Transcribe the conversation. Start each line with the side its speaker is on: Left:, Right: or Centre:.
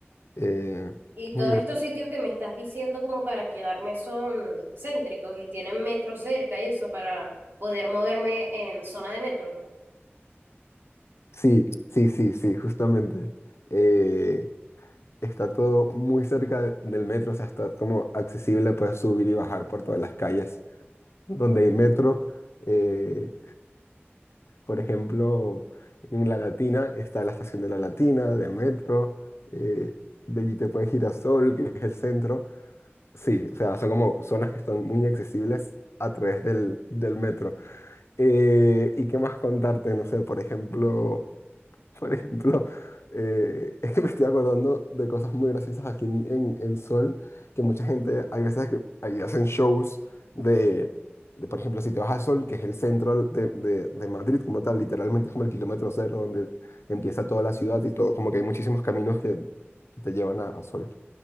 Left: eh,
Right: Y
Left: es
Right: todos
Left: muy divertido.
Right: estos sitios que me estás diciendo como para quedarme son céntricos y tienen metro cerca y eso para poder moverme en zona de metro.
Left: Sí, sí, sí, sí, justamente. Eh, está todo muy cerca de- del metro, o sea, está como accesible, puedes subir y bajar por todas las calles donde hay metro. eh, por ejemplo, en La Latina está la estación de La Latina, de metro, eh, de allí te puedes ir a Sol, que es el centro. Sí, o sea, son como zonas que están muy accesibles a través del, del metro. Eh, ¿y qué más contarte? No sé, por ejemplo... <laughs> Por ejemplo, eh, es que me estoy acordando de cosas muy graciosas aquí en, en, en Sol, que mucha gente, hay veces que ahí hacen shows de, de, por ejemplo, si te vas a Sol, que es el centro de, de, de Madrid como tal, literalmente es como el kilómetro cero donde empieza toda la ciudad y todo, como que hay muchísimos caminos que te llevan a, a Sol.